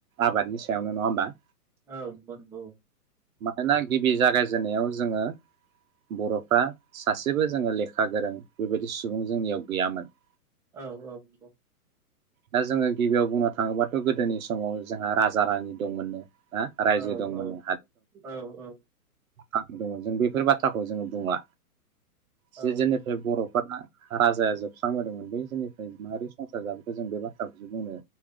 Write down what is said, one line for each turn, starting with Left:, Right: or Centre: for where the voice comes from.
Right: आबादनि सायावनो नङा होमबा
Centre: औ <unintelligible>
Right: मानोना गिबि जागायजेननायाव जोङो बर'फ्रा सासेबो जोङो लेखा गोरों बेबायदि सुबुं जोंनियाव गैयामोन
Centre: औ औ नंगौ
Right: दा जोङो गिबियाव बुंनो थाङोबाथ' गोदोनि समाव जोंहा राजा रानि दंमोननो ना रायजो
Centre: औ
Right: दंमोननो
Centre: औ औ औ
Right: दंङ जों बेफोर बाथ्रा बाथ्राखौ जोङो बुंङा
Centre: औ
Right: जे जोंनिफ्राय बर'फोरा राजाया जो बस्रांबोदोंमोन बै समनिफ्राय मारै संसार जाबोदो जों बे बाथ्राखौसो बुंनो